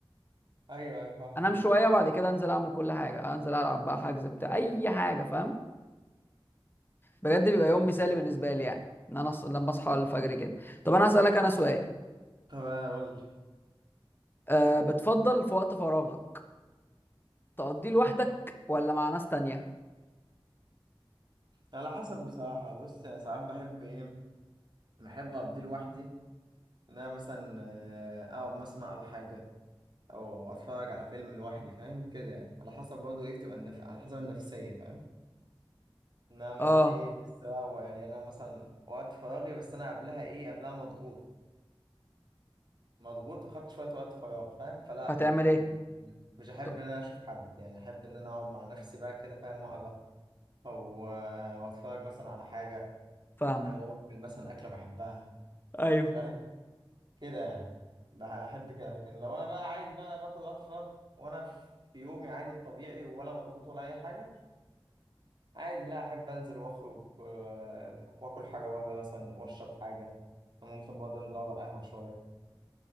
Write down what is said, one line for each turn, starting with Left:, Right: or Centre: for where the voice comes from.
Right: ايوه ايوه فاهم
Left: انام شويه وبعد كده انزل اعمل كل حاجه انزل العب بقى حجز بتاع اي حاجه فاهم بجد بيبقى
Right: اه
Left: يوم مثالي بالنسبه لي يعني ان انا أص... لما اصحى الفجر كده طب انا هسالك انا سؤال
Right: طب قول لي
Left: أه بتفضل في وقت فراغك تقضيه لوحدك ولا مع ناس تانية
Right: على حسب بصراحة بص أنا ساعات بحب ايه بحب اقضيه لوحدي ان انا مثلا آه، اقعد مثلا اقرا حاجة او اتفرج على فيلم لوحدي فاهم كده يعني على حسب برضه ايه بتبقى النف... على حسب النفسيه فاهم ان انا مثلا
Left: اه
Right: ايه لسه بقى يعني انا مثلا وقت فراغي بس انا قبلها ايه قبلها مضغوط مضغوط وخدت شويه وقت فراغ فاهم فلا
Left: هتعمل
Right: ما
Left: ايه
Right: مش احب
Left: ط-
Right: ان انا اشوف حد يعني احب ان انا اقعد مع نفسي بقى كده فاهم اقرا او او اتفرج مثلا على حاجه
Left: فاهمك
Right: او اعمل مثلا اكله بحبها
Left: ايوه
Right: فاهم كده يعني بحب كده لكن لو انا بقى عادي بقى باخد وقت فراغ وانا في في يومي عادي الطبيعي ولا مضغوط ولا اي حاجه عادي لا احب انزل واخرج و- واكل حاجه بره مثلا واشرب حاجه ممكن برضه انزل اقعد على القهوه شويه